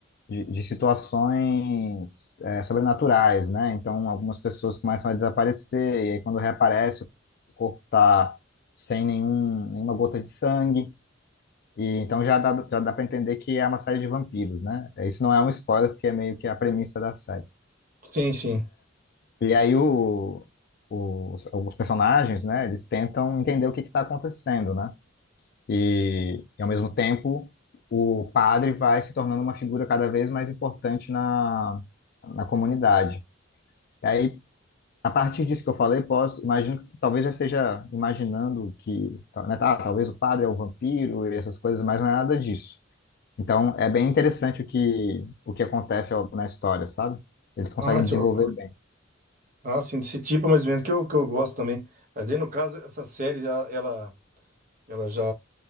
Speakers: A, on the left; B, on the right.
A: de, de situações é, sobrenaturais, né? Então, algumas pessoas começam a desaparecer, e aí quando reaparece, o corpo está sem nenhum, nenhuma gota de sangue, e então já dá, já dá para entender que é uma série de vampiros, né? Isso não é um spoiler, porque é meio que a premissa da série.
B: Sim, sim.
A: E aí o, os, alguns personagens, né, eles tentam entender o que está acontecendo, né? E, e, ao mesmo tempo, o padre vai se tornando uma figura cada vez mais importante na, na comunidade. E aí, a partir disso que eu falei, posso, imagino que tu talvez já esteja imaginando que, né, tá, talvez o padre é o vampiro e essas coisas, mas não é nada disso. Então, é bem interessante o que, o que acontece na história, sabe? Eles conseguem
B: Ah, deixa
A: desenvolver
B: eu-
A: bem.
B: ah, sim, desse tipo mais ou menos, que eu, que eu gosto também. Mas aí, no caso, essa série, já, ela... Ela já.